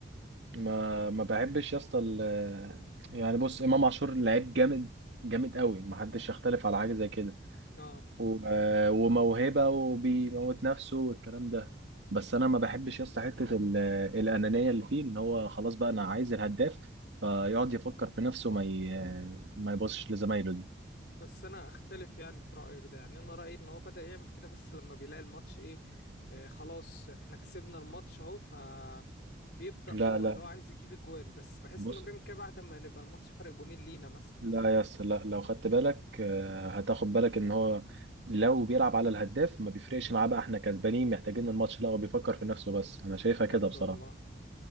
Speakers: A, on the right; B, on the left.
A: ما ما بحبش يا اسطى ال- يعني بص امام عاشور لعيب جامد جامد قوي ما حدش يختلف على حاجه زي كده
B: اه
A: و- آه، وموهبه وبيموت نفسه والكلام ده بس انا ما بحبش يا اسطى حته ال- الانانيه اللي فيه ان هو خلاص بقى انا عايز الهداف فيقعد يفكر في نفسه ما ي... ما يبصش لزمايله دي
B: بس انا اختلف يعني في رأيك ده يعني انا رأيي ان هو بدأ يعمل كده بس لما بيلاقي الماتش ايه آه خلاص احنا كسبنا الماتش اهو فبيبدأ
A: لا
B: اه
A: لا
B: اللي هو عايز يجيب اجوان بس بحس
A: بص
B: انه بيعمل كده بعد ما نبقى الماتش فرق جونين لينا مثلا
A: لا يا اسطى لا لو خدت بالك آه، هتاخد بالك ان هو لو بيلعب على الهداف ما بيفرقش معاه بقى احنا كسبانين محتاجين الماتش لا هو بيفكر في نفسه بس انا شايفها
B: بجد
A: كده بصراحة
B: والله